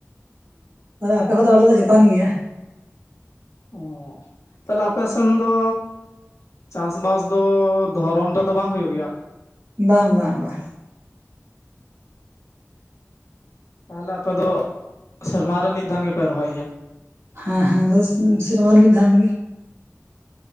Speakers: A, on the right (about 80°); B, on the left (about 70°).
A: ᱚ ᱛᱟᱦᱞᱮ ᱟᱯᱮ ᱠᱷᱚᱡ ᱫᱚ ᱟᱞᱮ ᱫᱚ ᱪᱮᱛᱟᱱ ᱜᱮᱭᱟ᱾
B: ᱚ ᱛᱟᱦᱚᱞᱮ ᱟᱯᱮᱥᱮᱱ ᱫᱚ ᱪᱟᱥ-ᱵᱟᱥ ᱫᱚ ᱫᱷᱚᱨᱚᱱ ᱨᱮᱫᱚ ᱵᱟᱝ ᱦᱩᱭᱩᱜ ᱜᱮᱭᱟ?
A: ᱵᱟᱝ ᱵᱟᱝ ᱵᱟᱝ᱾
B: ᱛᱟᱦᱚᱞᱮ ᱟᱯᱮ ᱫᱚ ᱥᱮᱨᱢᱟᱨᱮ ᱢᱤᱫ ᱫᱷᱟᱱ ᱜᱮᱯᱮ ᱨᱚᱦᱚᱭ ᱜᱮᱭᱟ?
A: ᱦᱮᱸ ᱦᱮᱸ ᱟᱞᱮ ᱫᱚ ᱥᱮᱨᱢᱟ ᱨᱮ ᱢᱤᱫ ᱫᱷᱟᱱ ᱜᱮ᱾